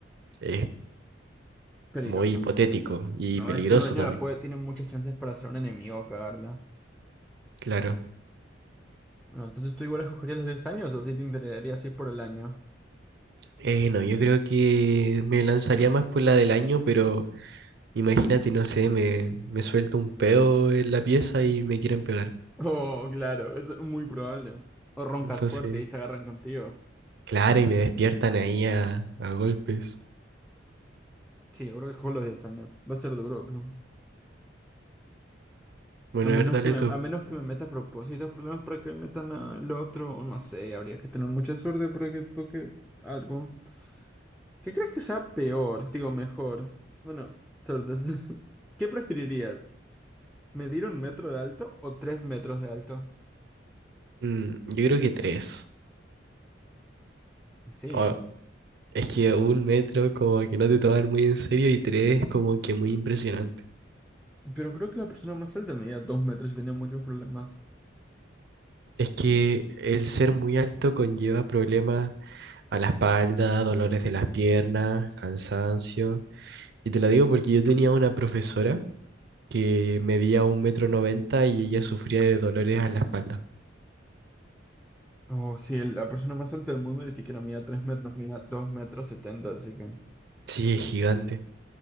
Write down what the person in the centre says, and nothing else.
Peligroso.
No,
es que en un año
la puede, tiene muchas chances para ser un enemigo, cagarla.
No, entonces tú igual escogerías los 10 años o si te interesaría así por el año. <laughs>
Oh, claro, es muy probable. O roncas
fuerte y se agarran contigo.
Sí, yo creo que con los 10 años. Va a ser duro, pero.
A menos
que me,
a menos que me meta a propósito problemas para que me metan al otro, no sé, habría que tener mucha suerte para que toque algo. ¿Qué crees que sea peor? Digo, mejor. Bueno, suerte. <laughs> ¿Qué preferirías? ¿Medir un metro de alto o tres metros de alto?
Sí.
Pero creo que la persona más alta medía dos metros y tenía muchos problemas.
O sí, la persona más alta del mundo dice que no medía tres metros, medía dos metros setenta, así que.